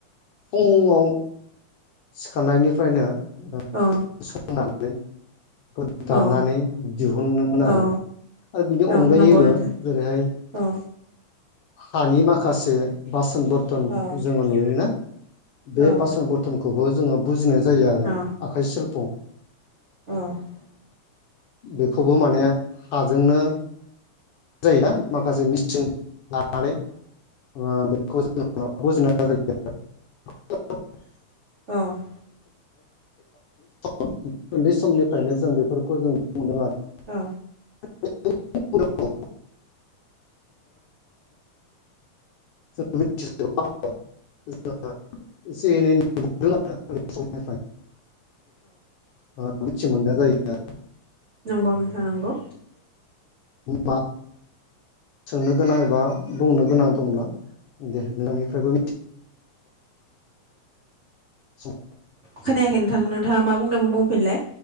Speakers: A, on the left; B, on the right.
A: ओं औ सिखारनायनिफ्रायनो ओ
B: औ
A: सोंनानै <inaudible> दानानै
B: औ
A: दिहुनोमोन आरो
B: औ
A: आरो बिनि
B: औ
A: अनगायैबो
B: नंगौ नोंथां
A: जेरैहाय
B: औ
A: हानि माखासे बा सन बर्थन
B: औ
A: जोङो नुयोना? बे
B: औ
A: बासोन बरथनखौबो। जोंङो बुजिनाय जायो आरो
B: औ
A: आखाइ सिल्प' ओ।
B: औ-औ-औ-औ-औ-औ-औ-औ-औ
A: बेखौबो माने हाजोंनो जायोना माखासे मि <inaudible> लानानै <inaudible> बेखौ जों <unintelligible> <inaudible>
B: औ <inaudible>
A: <inaudible> उन्दै समनिफ्रायनो जों बेफोरखौ जों <inaudible> आरो
B: औ
A: <unintelligible> <unintelligible> <unintelligible> एसे एनै नु <unintelligible> आरो उन्दै समनिफ्राइ अ निसे मोननाया जायो दा
B: नंगौ नोंथां नंगौ।
A: म सोंनो गोनां एबा बुंनो गोनां दंब्ला दे नोंनिफ्रायबो <unintelligible>
B: खोनायाखै नोंथां नोंथाङा मा बुंदोंमोन? फलाय